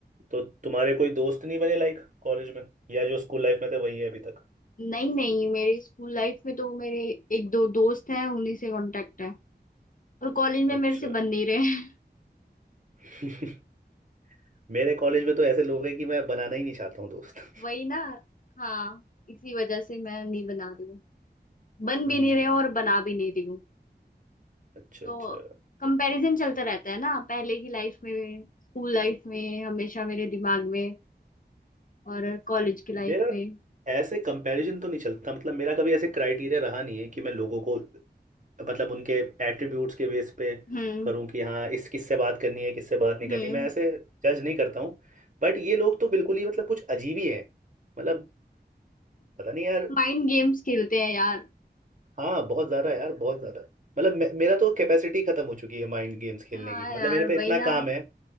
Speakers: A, on the right (about 45°); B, on the left (about 50°).
A: तो तुम्हारे कोई दोस्त नहीं बने लाइक कॉलेज में या जो स्कूल लाइफ में थे वही है अभी तक
B: नहीं नहीं मेरे स्कूल लाइफ में तो मेरे एक दो दोस्त हैं उन्हीं से कांटेक्ट है और कॉलेज में
A: अच्छा
B: मेरे से बन नहीं रहे हैं <laughs>
A: <laughs> मेरे कॉलेज में तो ऐसे लोग हैं कि मैं बनाना ही नहीं चाहता हूँ दोस्त
B: वही ना हाँ इसी वजह से मैं नहीं बना रही हूँ बन
A: हम्म
B: भी नहीं रहे हैं और बना भी नहीं रही हूँ
A: अच्छा
B: तो
A: अच्छा
B: कंपैरिजन चलता रहता है ना पहले की लाइफ में स्कूल लाइफ में हमेशा मेरे दिमाग में और कॉलेज की लाइफ
A: मेरा
B: में
A: ऐसे कंपैरिजन तो नहीं चलता मतलब मेरा कभी ऐसे क्राइटेरिया रहा नहीं है कि मैं लोगों को मतलब उनके एट्रीब्यूट्स के बेस पे
B: हम्म
A: करूं कि हाँ इस किससे बात करनी है किससे बात नहीं
B: हम्म
A: करनी मैं ऐसे जज नहीं करता हूँ बट ये लोग तो बिल्कुल ही मतलब कुछ अजीब ही है मतलब पता नहीं यार
B: माइंड गेम्स खेलते हैं यार
A: हाँ बहुत ज़्यादा यार बहुत ज़्यादा मतलब मे- मेरा तो कैपेसिटी खत्म हो चुकी है माइंड गेम्स खेलने
B: हाँ
A: की मतलब
B: यार
A: मेरे पे
B: वही
A: इतना
B: ना
A: काम है